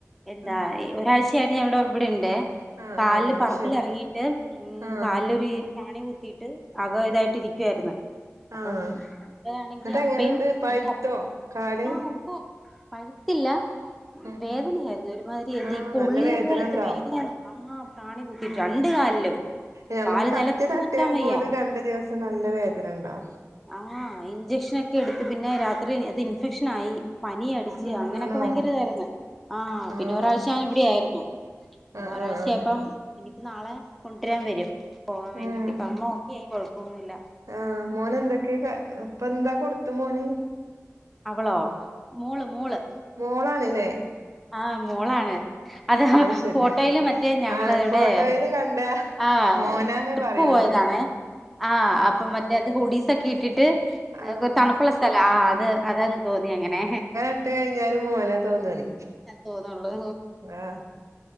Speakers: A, in the centre; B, on the right (about 80°).
A: എന്താ
B: ആഹ്
A: ഈ ഒരാഴ്ചയായിട്ട് ഞാനിവിടെ ഇവിടെണ്ടേ
B: ആഹ്
A: കാൽല്
B: ആഹ് ആഹ്
A: പറമ്പിലെറങ്ങിട്ട്
B: ശരി
A: മ്
B: ആഹ്
A: കാലിലൊര് പ്രാണി കുത്തീട്ട് ആകെ ഇതായിട്ട് ഇരിക്കുവായിരുന്ന് അപ്പം
B: ആഹ്
A: ടെയാണെങ്കി
B: എന്നിട്ട്
A: അപ്പയും
B: എങ്ങനെണ്ട് പഴുത്തോ
A: എന്റെ അപ്പാ
B: കാല്
A: ആഹ് <unintelligible> പഴ്ത്തില്ലാ
B: ഉം
A: വേദനായിരുന്നു ഒരുമാതിരി എന്തേ
B: ആഹ്
A: പൊള്ളി
B: നല്ല വേദന
A: പോലത്തെ
B: ഉണ്ടാവും
A: വേദന അമ്മ പ്രാണി കുത്തിട്ടാ
B: ഉം
A: രണ്ട് കാലിലും
B: ഞമ്മക്ക്
A: കാല്
B: കത്തി
A: നിലത്ത്
B: തട്ടിയാല്
A: കുത്താൻ വയ്യ
B: പോലും രണ്ട് ദിവസം നല്ലാ വേദന ഇണ്ടാവും
A: ആഹാ ഇഞ്ചെക്ഷനൊക്കെ എട്ത്ത് പിന്നെ രാത്രി അത് ഇൻഫെക്ഷൻ ആയി പനി അടിച്ച്
B: ആഹ്
A: അങ്ങനെയൊക്കെ
B: ആണോ
A: ബയങ്കര ഇതായിരുന്നു ആഹാ
B: ആഹ്
A: പിന്നെ ഒരാഴ്ച ഇവടെ ആരുന്നു അപ്പൊ
B: ആഹ്
A: ഒരാഴ്ചയപ്പം
B: ആഹ് ആഹ്
A: നാളെ കൊണ്ടരാൻ വേരും പോകാൻ വേണ്ടിട്ട്
B: ഉം
A: ഇപ്പം അമ്മാ ഓക്ക്യായായി കൊഴപ്പോന്നു ഇല്ല
B: ആഹ് മോന് എന്തൊക്കെ കാ ഇപ്പേ എന്താ കൊട്ത്ത് മോന്
A: അവളോ മോള് മോള്
B: മോളാണ് ല്ലേ
A: ആഹ് മോളാണ് അതാ ആഹ്
B: ശരി
A: ഫോട്ടോല് മറ്റേ ഞങ്ങള്
B: ആഹ്
A: ഇവടെ
B: ഫോട്ടോയില് കണ്ട
A: ആഹാ
B: മോനാന്നേ
A: ട്രിപ്പ്
B: പറയുള്ളൂ
A: പോയതാണ് ആഹ് അപ്പൊ മറ്റേ ഇത് ഗൂടീസോക്ക്യാ ഇട്ടിട്ട്
B: ആഹ്
A: അത്പ്പൊ തണ്പ്പൊള്ള സ്ഥലം ആഹ് അത് അതാന്ന് തോന്നി അങ്ങനെ
B: ഇട്ട് കഴിഞ്ഞാല് മോനാ തോന്നാണ്
A: തോന്നുള്ളൂ
B: ആഹ്